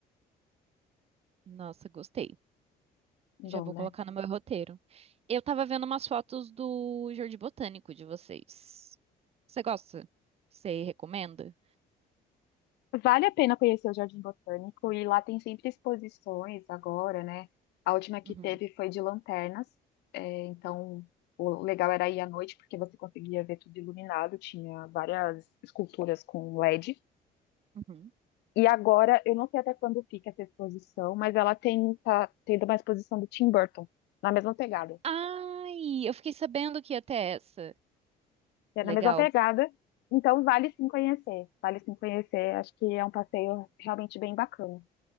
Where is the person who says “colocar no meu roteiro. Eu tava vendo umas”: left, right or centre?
Right